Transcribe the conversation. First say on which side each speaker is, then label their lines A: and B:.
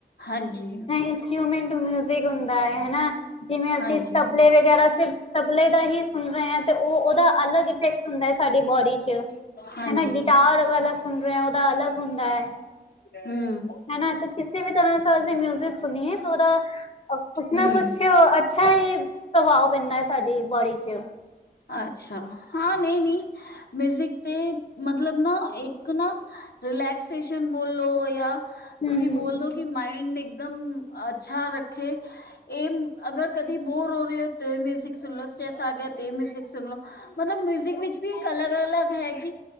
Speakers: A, on the left; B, on the left.
A: ਹਾਂਜੀ।
B: ਇੰਸਟਰੂਮੈਂਟ ਮਿਊਜਿਕ ਹੁੰਦਾ ਐ ਹੈਨਾ ਜਿਵੇਂ ਅਸੀਂ
A: ਹਾਂਜੀ
B: ਤਬਲੇ ਵਗੈਰਾ ਸੇ ਤਬਲੇ ਦਾ ਈ ਸੁਨ ਰੇ ਆ ਤੇ ਓ ਓਦਾ ਅਲੱਗ ਇਫੈਕਟ ਹੁੰਦਾ ਐ ਸਾਡੀ ਬੋਡੀ ਚ।
A: ਹਾਂਜੀ
B: ਹੈਨਾ ਗਿਟਾਰ ਵਾਲਾ ਸੁਨ ਰੇ ਆ ਓਦਾ ਅਲੱਗ ਹੁੰਦਾ ਐ।
A: ਹੂੰ।
B: ਹੈ ਨਾ ਤੇ ਕਿਸੀ ਵੀ ਤਰ੍ਹਾਂ ਸਾ ਮਿਊਜਿਕ ਸੁਣੀਏ ਤਾਂ ਓਦਾ ਕੁਛ
A: ਹਮ
B: ਨਾ ਕੁਛ ਅ ਛਾ ਈ ਪ੍ਰਭਾਵ ਪੈਂਦਾ ਐ ਸਾਡੀ ਬੋਡੀ ਚ।
A: ਅੱਛਾ, ਹਾਂ ਨਈ-ਨਈ। ਮਿਊਜ਼ਿਕ ਤੇ ਮਤਲਬ ਨਾ ਇੱਕ ਨਾ ਰਿਲੈਕਸੇਸ਼ਨ ਬੋਲੋ ਯਾ ਤੁਸੀਂ
B: ਹੂੰ,
A: ਬੋਲਦੋ ਕਿ ਮਾਇੰਡ ਇੱਕਦਮ ਅੱਛਾ ਰੱਖੇ। ਏ ਅਗਰ ਕਦੇ ਬੋਰ ਹੋ ਰੇ ਓ ਤੇ ਏ ਮਿਊਜ਼ਿਕ ਸੁਣ ਲਓ ਸਟ੍ਰੈਸ ਆ ਗਿਆ ਤੇ ਏ ਮਿਊਜ਼ਿਕ ਸੁਣ ਲਓ। ਮਤਲਬ ਮਿਊਜਿਕ ਵਿੱਚ ਵੀ ਇੱਕ ਅਲੱਗ-ਅਲੱਗ ਹੈ ਕਿ